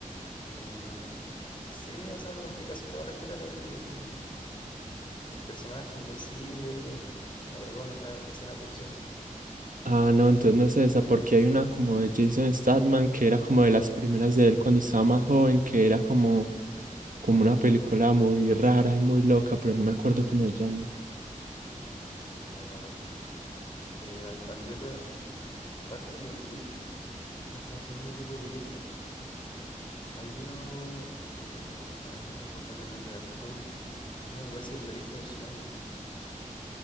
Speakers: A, on the left; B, on the right.
A: Eh, sí, o sea, como es que casi todos respetan el, el, el personaje invencible en Madragón, esa escena de acción.
B: Ah, no, entonces no es esa, porque hay una como de Jason Statham que era como de las primeras de él cuando estaba más joven, que era como como una película muy rara y muy loca, pero no me acuerdo cómo se llama.
A: No, no, no me acuerdo. Eh, hay, hay otra, aparte de John Wick, que son como ese mismo tipo de películas. Hay uno, eh, a ver, deja acordarme el nombre del actor. Uno que aparece en la lista de Schneider.